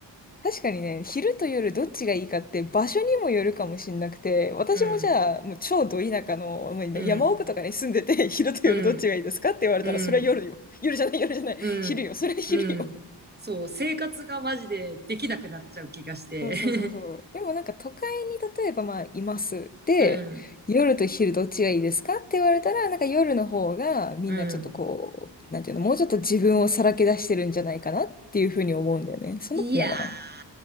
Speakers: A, on the left (about 20°); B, on the right (about 20°).
A: 確かにね、昼と夜どっちがいいかって場所にもよるかもしんなくて、私もじゃあ、
B: うん、
A: もう超ど田舎の、もうね山奥とかに住んでて、
B: うん、
A: <laughs> 昼と夜どっちがいいですかって言われたら、
B: うん、うん、
A: それは夜よ。夜じゃない、夜じゃない。
B: うん、
A: 昼よ、それは昼よ。
B: うん。そう、生活がマジでできなくなっちゃう気がして。
A: そうそうそうそう。
B: <laughs>
A: でもなんか都会に例えばまあいます。で、
B: うん、
A: 夜と昼どっちがいいですかって言われたら、なんか夜の方がみんなちょっとこう、
B: うん。
A: なんていうの、もうちょっと自分をさらけ出してるんじゃないかなっていうふうに思うんだよね。そんなことないかな。
B: いやー、